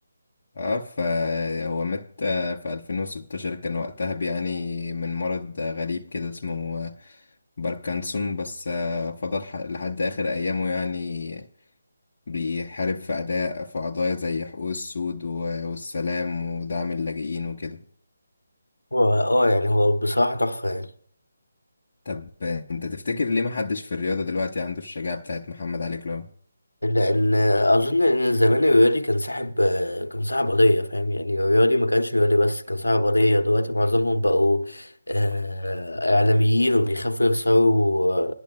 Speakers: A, on the left; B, on the left.
A: اه فهو مات آه، في 2016 كان وقتها بيعاني من مرض آه، غريب كده اسمه آه، باركنسون بس آه، فضل ح- لحد آخر أيامه يعني بيحارب في أداء في قضايا زي حقوق السود و- والسلام ودعم اللاجئين وكده
B: هو آه يعني هو بصراحة تحفة يعني
A: طب انت تفتكر ليه محدش في الرياضة دلوقتي عنده الشجاعة بتاعت محمد علي كلاي
B: لان اظن ان زمان الرياضي كان صاحب كان صاحب قضيه فاهم يعني الرياضي ما كانش رياضي بس كان صاحب قضيه دلوقتي معظمهم بقوا آه، اعلاميين وبيخافوا يخسروا